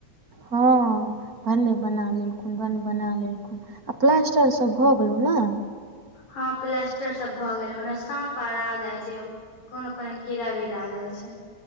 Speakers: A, on the right (about 35°); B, on the left (about 75°).
A: हँ भन्ने बना लेलखुन, भन्नने बना लेलखुन आ प्लास्टर सब भग गेलहु नय,
B: हँ प्लस्टर सब भए गेल ओने साँप आ जाइ छै। कोनो -कोनो कीड़ा वीरा आ जाइ छै।